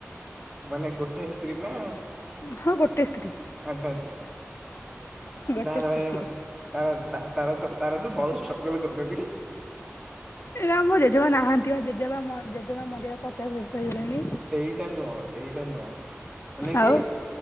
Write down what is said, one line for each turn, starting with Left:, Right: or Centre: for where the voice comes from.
Centre: ମାନେ ଗୋଟେ ସ୍ତ୍ରୀ ନା
Left: ହଁ ଗୋଟେ ସ୍ତ୍ରୀ।
Centre: ଆଚ୍ଛା ଆଚ୍ଛା।
Left: ଗୋଟେ
Centre: ତାହେଲେ
Left: ସ୍ତ୍ରୀ।
Centre: ଭାଇ ତାର ତାର ତ ତାର ତ ବହୁତ ଷ୍ଟ୍ରଗଲ କରିଥାଛନ୍ତି
Left: ଏଇନା ଆମ ଜେଜେମା ନାହାନ୍ତି ବା ଜେଜେମା ମ ଜେଜେମା ମରିବାର ପଚାଶ ବର୍ଷ ହେଇଗଲାଣି
Centre: ସେଇଟା ନୁହଁ ସେଇଟା ନୁହଁ ମାନେ କି
Left: ଆଉ